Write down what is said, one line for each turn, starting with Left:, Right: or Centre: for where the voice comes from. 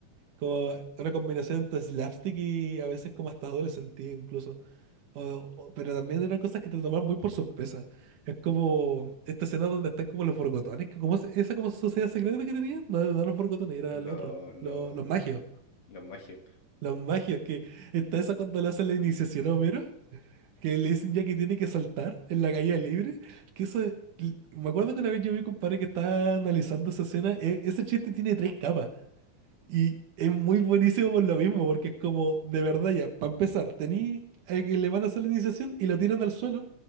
Right: como una combinación entre slapstick y a veces como hasta doble sentido incluso, O- o- pero también eran cosas que te tomaban muy por sorpresa, es como esta escena donde están como los borgotones, que como se- esa como sociedad secreta que tenían, no, no eran los borgotones, eran
Left: los
Right: los otros,
Left: lo,
Right: los, los magios.
Left: los magios. <laughs>
Right: Los magios, que está esa cuando le hacen la iniciación a Homero, que le dicen ya que tiene que saltar en la caída libre, que eso es- l- Me acuerdo que una vez yo vi un compadre que estaba analizando esa escena, e- ese chiste tiene tres capas y es muy buenísimo por lo mismo, porque es como, de verdad ya, para empezar, tení a que le van a hacer la iniciación y lo tiran al suelo,